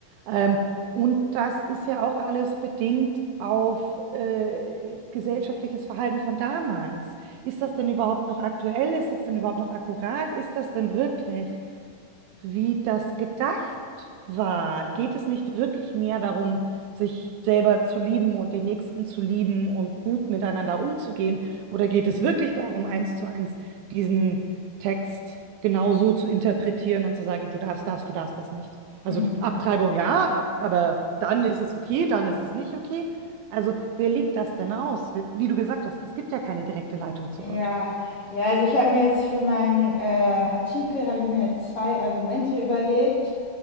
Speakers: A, on the right; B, on the left.
A: Ähm, und das ist ja auch alles bedingt auf äh, gesellschaftliches Verhalten von damals. Ist das denn überhaupt noch aktuell? Ist das denn überhaupt noch akkurat? Ist das denn wirklich, wie das gedacht war? Geht es nicht wirklich mehr darum, sich selber zu lieben und den Nächsten zu lieben und gut miteinander umzugehen? Oder geht es wirklich darum, eins zu eins diesen Text genau so zu interpretieren und zu sagen, du darfst das, du darfst das nicht? Also
B: Mhm.
A: du- Abtreibung ja, ab- aber dann ist es okay, dann ist es nicht okay. Also wer legt das denn aus? Wie du gesagt hast, es gibt ja keine direkte Leitung zu
B: Ja,
A: Gott.
B: ja, also ich habe mir jetzt für meinen äh, Artikel, habe ich mir halt zwei Argumente überlegt